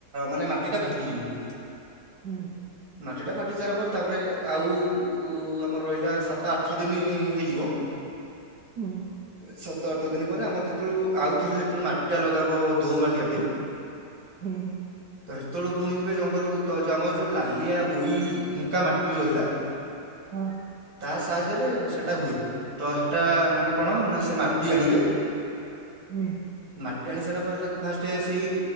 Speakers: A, on the right (about 55°); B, on the right (about 75°).
A: ମାନେ ମାଟିଟା ଫାଟିଯିବ। <inaudible>
B: ହୁଁ।
A: ମାଟିଟା ଫାଟି ସାରିଲା ପରେ ତାପରେ ଆଉ ଆମର ରହିଲା ସାତ ଆଠ ଦିନି ହେଇଯିବ।
B: ହୁଁ
A: ସାତ ଆଠ ଦିନି ପରେ ଆମର ଯ ଉ ଆଉ ଥରେ ଯେତେବେଳେ ମାଟି ଟା ଲଗାବ ଦୋମାଟିଆ ପାଇଁ
B: ହୁଁ।
A: ତ ହେତେବେଳୁ ପୁଣି ଯିବେ ଜଙ୍ଗଲକୁ ତ ଯ ଆମର ଯୋଉ ଲାଲିଆ ଉଇ ହୁଙ୍କା ମାଟି ରହିଲା
B: ହଁ
A: ତା ସାହାଯ୍ୟରେ ସେଟା ହୁଏ ତ ହେଟା ମାନେ କଣ ନା ସେ ମାଟି ଆଣିବେ
B: ହୁଁ
A: ମାଟି ଆଣି ସାରିଲା ପରେ ତାକୁ ଫାଷ୍ଟ ସେଇ